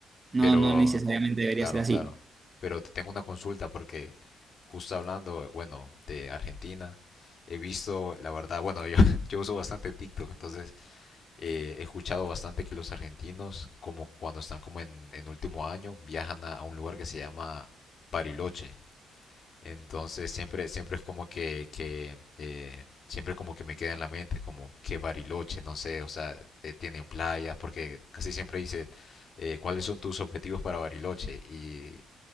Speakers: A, on the right; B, on the left.
A: No,
B: Pero,
A: no necesariamente debería
B: claro,
A: ser así.
B: claro. Pero te tengo una consulta porque justo hablando, bueno, de Argentina, he visto, la verdad, bueno, yo, <laughs> yo uso bastante TikTok, entonces eh, he escuchado bastante que los argentinos, como cuando están como en, en último año, viajan a, a un lugar que se llama Bariloche. Entonces siempre, siempre es como que, que eh, siempre como que me queda en la mente como que Bariloche, no sé, o sea, eh, tiene playas, porque casi siempre dice eh, cuáles son tus objetivos para Bariloche. Y